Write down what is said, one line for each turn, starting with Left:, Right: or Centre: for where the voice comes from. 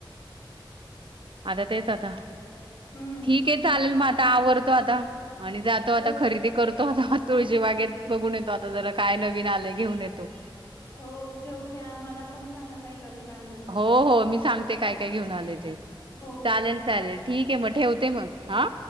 Right: आता तेच आता
Left: हम्म
Right: ठीके चालेल मग आता आवरतो आता आणि जातो आता
Left: हो
Right: खरेदी करतो आता तुळशी बागेत बघून येतो आता जरा काय नवीन आलय घेऊन येतो
Left: हो घेऊन या आम्हाला पण सांगा काही नवीन आणलं तर
Right: हो हो मी सांगते काय काय घेऊन आले ते
Left: हो
Right: चालेल चालेल ठीक आहे मग ठेवते मग हा.